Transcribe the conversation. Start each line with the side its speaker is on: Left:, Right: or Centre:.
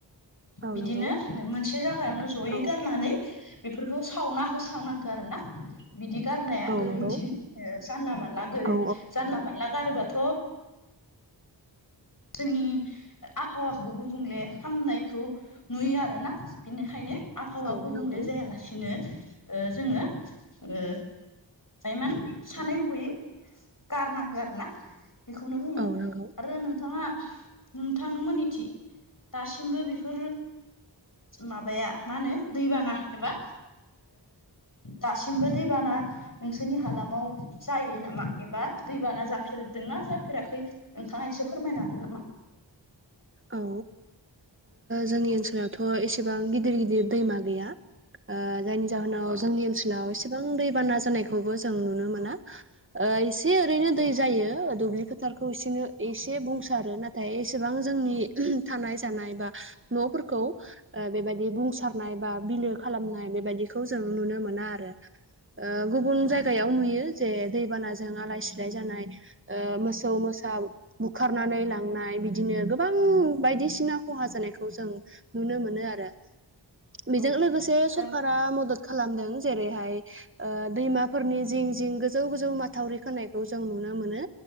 Right: औ
Left: बिदिनो
Right: नंगौ
Left: मोनसे जागायावनो जयै
Right: औ
Left: गारनानै बेफोरखौ सावना होस्रांनांगौ आरो ना बिदि गारनाया
Right: औ
Left: गोरोन्थि
Right: नंगौ
Left: जानला मोनानला गोरोन
Right: औ
Left: जानला मोनला गारोबाथ' जोंनि आबहावाखौबो गुबुंले खामनायखौ नुयो आरोना बिनिखायनो आबहावा
Right: औ
Left: गुबुंले
Right: नंगौ
Left: जायालासिनो ओ जोङो ओ मान सानै हयै गारनांगौ आरो ना। बेखौनो बुङो
Right: औ नंगौ
Left: आरो नोंथाङा नोंथां मोननिथिं दासिमबो बेफोर माबाया मा होनो दैबाना एबा दासिमबो दैबाना नोंसोरनि हालामाव जायो नामा एबा दैबाना जाफेरदोंना जाफेराखै। नोंथाङा एसे फोरमायनो हागोन नामा?
Right: औ। जोंनि ओनसोलावथ' एसेबां गिदिर गिदिर दैमा गैया जायनि जाहोनाव
Left: औ
Right: जोंनि ओनसोलाव एसेबां दैबाना जानायखौबो जों नुनो मोना। आ इसे ओरैनो जायो दुब्लि फोथारखौसे एसे बुंसारो नाथाय एसेबां जोंनि थानाय जानाय बा न'फोरखौ बेबायदि बुंसारनाय बा बिलो खालामनाय बेबायदिखौ जों नुनो मोना आरो। गुबुन
Left: औ
Right: जायगायाव नुयो जे दैबानाजों आलाय सिलाय जानाय। मोसौ मोसा बुखारनानै लांनाय बिदिनो गोबां बायदिसिना खहा जानायखौ जों नुनो मोनो आरो। बेजों
Left: औ
Right: लोगोसे
Left: जों
Right: सरखारा मदद खालामदों जेरैहाय ओ दैमाफोरनि जिं जिं गोजौ गोजौ माथावरि खोनायखौ जों नुनो मोनो।